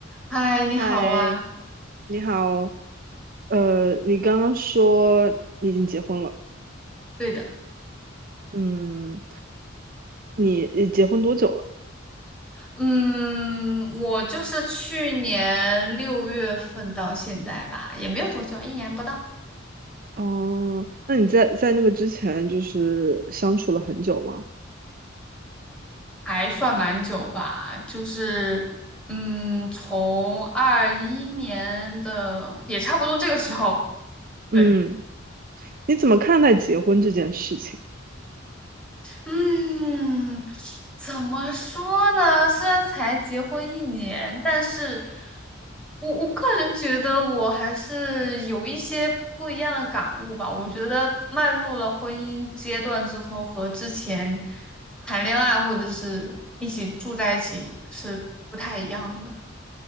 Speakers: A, in the centre; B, on the right.
A: 嗨，你好啊。
B: 嗨，你好。呃，你刚刚说你已经结婚了，
A: 对的，
B: 嗯，你你结婚多久了？
A: 嗯，我就是去年六月份到现在吧，也没有多久，一年不到，
B: 哦，那你在在那个之前就是相处了很久吗？
A: 还算蛮久吧。就是，嗯，从二一年的也差不多这个时候，对，
B: 嗯，你怎么看待结婚这件事情？
A: 嗯，怎么说呢？虽然才结婚一年，但是我我个人觉得我还是有一些不一样的感悟吧。我觉得迈入了婚姻阶段之后，和之前谈恋爱或者是一起住在一起是不太一样的。